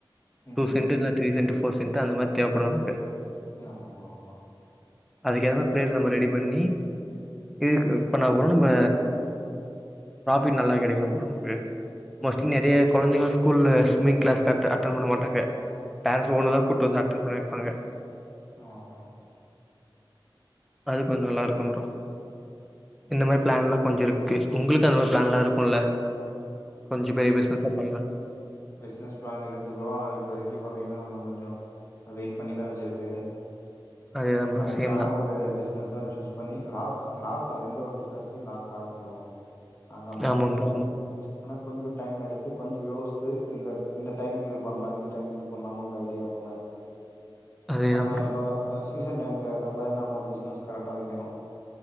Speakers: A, on the left (about 30°); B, in the centre.
A: ம்.
B: டூ செண்டர்ஸ் ல த்ரீ செண்டர்ஸ் போர்சென்ட்டு அந்த மாரி தேவப்படு நமுக்கு
A: நி ஆமா ப்ரோ ஆமா
B: அதுக் ஏத மார் பிளேஸு நம்ம ரெடி பண்ணி இதுக்கு இப்பனா கூட நம்ப ப்ராஃபிட் நல்லா கெடைக்கு நம் போனா போ விடு மோஸ்ட்லி
A: ம்.
B: நெறைய கொழந்தைங்க ஸ்கூல்ல ஸ்மிங் கிளாஸ் ஸ்டாட் அட்டன் பண்ண மாட்டாங்க பேரன்ஸ் ஓன்னுதா கூட் வந்து அட்டன் பண்ண வப் பாங்க
A: ஆஹ் ப்ரோ
B: அது கொஞ்சோ நல்லா இருக்குன் ப்ரோ இந்த
A: ஓகே
B: மாரி பிளான்ல்லா கொஞ்சுருக்கு உங்களுக்கு அந்த மாரி பிளான்லா இருக்குல்ல கொஞ்சு பெரிய பிஸ்னஸா பண்லா
A: பிஸ்னஸ் பிளான் இருக்கு ப்ரோ ஆனா இப்போதைக்கி பாத்தீங்கன்னா நம்ம கொஞ்சோ வெயிட் பண்ணிதா வச்சிருக்கு
B: அதேதா ப்ரோ
A: கரெக்டான
B: சேம் தா
A: ஒரு பிஸ்னஸா சூஸ் பண்ணி லாஸ் லாஸ் அது எந்த ஒரு பிசினஸ்லியு லாஸ்சாகும் ப்ரோ ஆகாம்லா
B: ஆமா
A: இருக்காது
B: ப்ரோ ஆமா
A: ஆனா கொஞ்சோ டைம் எடுத்து கொஞ்சோ யோச் தோய் உங்க இந்த டைம்க்கு இது பண்ணலா இந்த டைம்க்கு இது பண்லான்னு ஒரு ஐடியா இருக்கும்ல
B: அதேதா
A: ஆமா
B: ப்ரோ
A: இப்போ அ ஸ் சீசன் டைமுக்கு ஏத்த மாதிரி நாம ஒரு பிசினஸ் கரெக்டா வைக்கணு